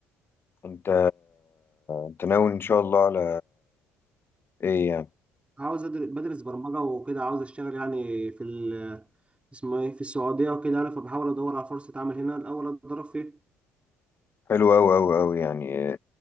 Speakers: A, on the left (about 35°); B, on the right (about 15°).
A: انت انت ناوي ان شاء الله على ايه يعني
B: عاوز أدر- بدرس برمجه وكده عاوز اشتغل يعني في ال اسمه ايه في السعوديه وكده يعني فبحاول ادور على فرصه عمل هنا الاول اتدرب فيها
A: حلو اوي اوي اوي يعني